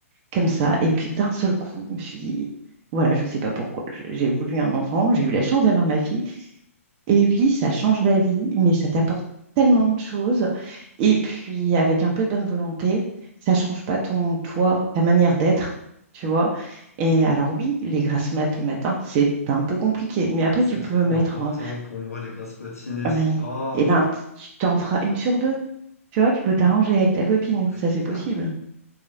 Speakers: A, on the right; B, on the left.
A: comme ça. Et puis d'un seul coup, je me suis dit, voilà, je ne sais pas pourquoi. Je- J'ai voulu un enfant, j'ai eu la chance d'avoir ma fille. Et oui, ça change la vie, mais ça t'apporte tellement de choses. Et puis, avec un peu de bonne volonté, ça ne change pas ton toi, ta manière d'être, tu vois. Et alors oui, les grasses mat le matin, c'est un peu compliqué. Mais après,
B: c'est
A: tu peux
B: trop
A: mettre,
B: important
A: euh,
B: pour moi, les grasses matinées.
A: oui,
B: Oh.
A: et ben, t- tu t'en feras une sur deux. Tu vois, tu peux t'arranger avec ta copine. Ça,
B: <laughs>
A: c'est possible.
B: Ah.